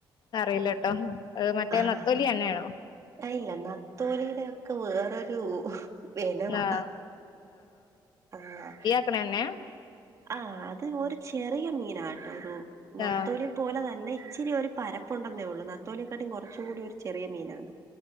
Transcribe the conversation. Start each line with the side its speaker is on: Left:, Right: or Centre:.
Left: അറിയില്ല ട്ടോ മറ്റേ
Right: ആ
Left: നത്തോലി എന്നെണോ
Right: ഇല്ല നത്തോലിയുടെ ഒക്കെ വേറൊരു. വിനവാ
Left: ആഹ്
Right: ആഹ്
Left: ക്ണന്നെ.
Right: ആഹ്അത് ഒരു ചെറിയ മീനട്ടോരു നത്തോലി.
Left: ആഹ്
Right: ത്തോല തന്നെ ഇച്ചിരി ഒരു പരപ്പുണ്ടെന്നേ ഉള്ളൂ നത്തോലിയെക്കാട്ടും കുറച്ചും കൂടി ഒരു ചെറിയ മീനാത്.